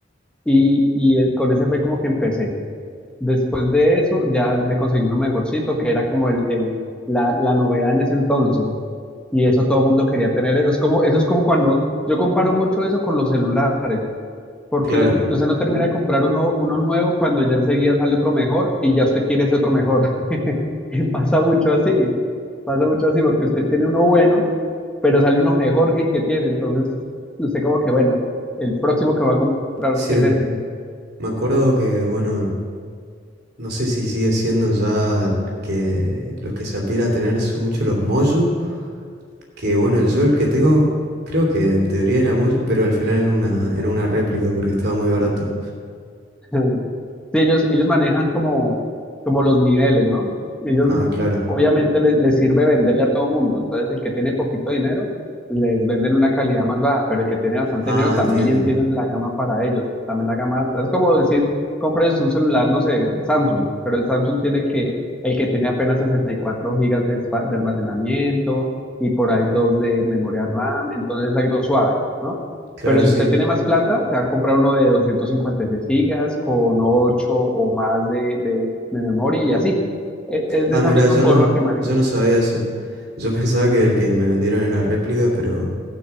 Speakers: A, in the centre; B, on the right.
A: y, y eh, con ese fue como que empecé. Después de eso ya me conseguí uno mejorcito, que era como el, el, la, la novedad en ese entonces. Y eso todo el mundo quería tener eso. Es como, eso es como cuando yo comparo mucho eso con los celulares, porque
B: Claro.
A: usted no termina de comprar uno, uno nuevo cuando ya enseguida sale otro mejor y ya usted quiere ese otro mejor. <laughs> Y pasa mucho así, pasa mucho así porque usted tiene uno bueno, pero sale uno mejor que el que tiene. Entonces, usted como que, bueno, el próximo que va a comprar
B: Sí,
A: es ese.
B: me acuerdo que, bueno, no sé si sigue siendo ya que los que se aspira a tener son mucho los Moju, que bueno, yo el que tengo, creo que en teoría era Moju, pero al final era una, era una réplica porque estaba muy barato.
A: <laughs> Sí, ellos, ellos manejan como, como los niveles, ¿no? Ellos
B: Ah, claro.
A: obviamente le- les, sirve venderle a todo mundo. Entonces, el que tiene poquito dinero, les venden una calidad más baja, pero el que tiene bastante
B: Ah,
A: dinero también
B: entiendo.
A: tienen la gama para ellos, también la gama alta. Es como decir, compres un celular, no sé, Samsung, pero el Samsung tiene el que, el que tiene apenas 64 gigas de, espa- de almacenamiento y por ahí dos de memoria RAM, entonces es algo suave, ¿no?
B: Claro,
A: Pero si
B: sí.
A: usted tiene más plata, se va a comprar uno de 256 gigas con 8 o más de, de- de memoria y así. E- Es
B: Ah,
A: de esa
B: mira,
A: misma
B: yo
A: forma
B: no,
A: que maneja.
B: yo no sabía eso. Yo <laughs> pensaba que el que me vendieron era réplica, pero